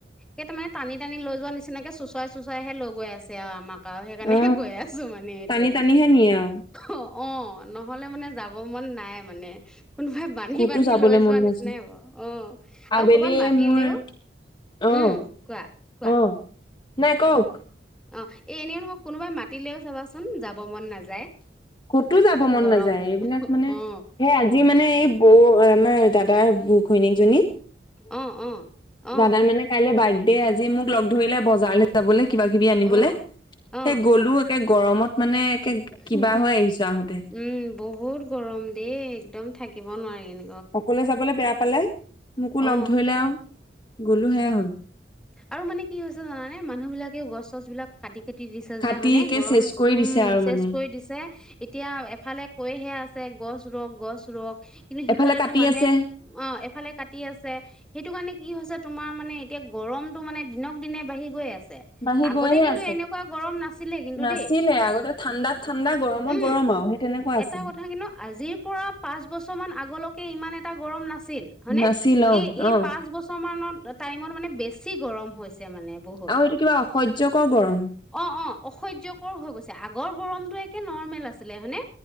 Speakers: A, in the centre; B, on the left.
A: এইটো মানে টানি টানি লৈ যোৱা নিচ তেনেকে চুচৱাই চোচৱাইহে লৈ গৈ আছে আৰু আমাক। আৰু সেইকাৰণেহে
B: অ
A: গৈ আছোঁ মানে এইটোৱে।
B: টানি টানিহে নিয়ে আৰু
A: অ', নহ'লে মানে যাব মন নাই মানে। কোনোবাই বান্ধি
B: ক'তো
A: বান্ধি
B: যাবলৈ
A: লৈ
B: মন
A: যোৱা নিচিনাই
B: নাযায়
A: হ'ব। অ', আৰু
B: আবেলিয়ে
A: কবাত মাতিলেও
B: মোৰ অহ
A: উম, কোৱা কোৱা।
B: অহ নাই কওঁক?
A: অ', এই এনেও নহক কোনোবাই মাতিলেও চাবাচো চোন যাব মন নাযায়।
B: ক'তো যাব মন
A: গৰম
B: নাযায় এইবিলাক মানে,
A: অ
B: সেই আজি মানে এই বৌ দাদাৰ ঘৈনিকজনী।
A: অ অ অ
B: দাদাৰ মানে কাইলৈ বাৰ্থডে দেই আজি মোক লগ ধৰিলে বজাৰলৈ যাবলৈ। কিবা কিবি আনিবলে,
A: অ অ
B: সেই গ'লো একে গৰমত মানে একে কিবা
A: উম
B: হৈ আহিছো আহোতে
A: বহুত গৰম দেই একদম থাকিব নোৱাৰিনে
B: অকলে যাবলৈ বেয়া পালে, মোকো
A: অ
B: লগ ধৰিলে আৰু। গ'লো সেয়া হ'ল
A: আৰু মানে কি হৈছে জানানে, মানুহ বিলাক গছ চছ বিলাক কাটি খেতি দিছে
B: কাটি
A: যে হয়নে,
B: একে
A: গৰম,
B: চেচ কৰি
A: উম
B: দিছে আৰু
A: চেচ
B: মানে
A: কৰি দিছে, এতিয়া এফালে কৈহে আছে গছ ৰুওক গছ ৰুওক। কিন্তু সিফালেটো
B: এফালে কাটি
A: মানুহে
B: আছে
A: অ এফালে কাটি আছে, সেই সেইটো কি হৈছে তোমাৰ মানে এতিয়া গৰমটো মানে দিনক দিনে বাঢ়ি গৈ আছে।
B: বাঢ়ি
A: আগতে
B: গৈহে
A: কিন্তু
B: আছে
A: এনেকুৱা গৰম নাছিলে কিন্তু
B: নাছিলে
A: দেই,
B: আগতে ঠাণ্ডাত ঠাণ্ডা গৰমত
A: উম,
B: গৰম আৰু সেই তেনেকুৱা আছিল।
A: এটা কথা কিন্তু আজিৰ পৰা পাঁচ বছৰ মান আগলৈ একে ইমান এটা গৰম না ছিল, হয়নে,
B: নাছিল অ
A: এই এই
B: অ
A: পাঁচ বছৰ মানত টাইমত মানে বেছি গৰম হৈছে। মানে বহুত,
B: আৰু এইটো কিবা অসহ্যকৰ গৰম
A: অ' অ', অসহ্যকৰ হৈ গৈছে আগ আগৰ গৰমটো একে নৰ্মেল আছিলে হয়নে?